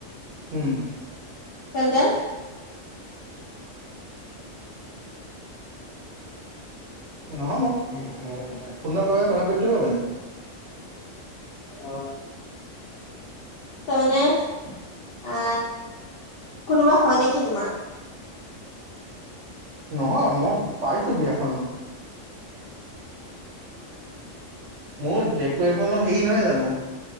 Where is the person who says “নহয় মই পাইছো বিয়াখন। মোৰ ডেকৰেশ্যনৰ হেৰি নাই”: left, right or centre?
Right